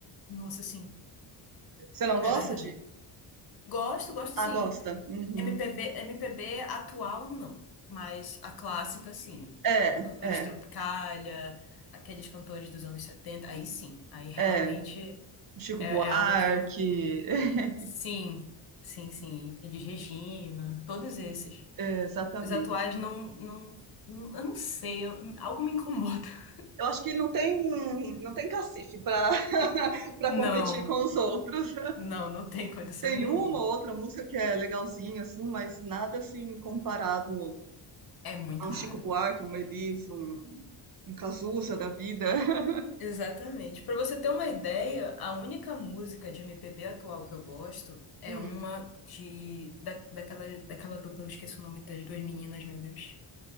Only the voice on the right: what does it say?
Você não gosta
de?
Ah,
gosta. Uhum.
É,
é,
é. Chico
Buarque,
<laughs>
exatamente.
Eu acho que não tem, não tem cacife para <laughs> para
competir com os outros.
Tem
uma ou outra música que é legalzinha, assim, mas nada assim comparado
a um
Chico Buarque, a um Elis, um, um Cazuza da vida. <laughs>
Hum.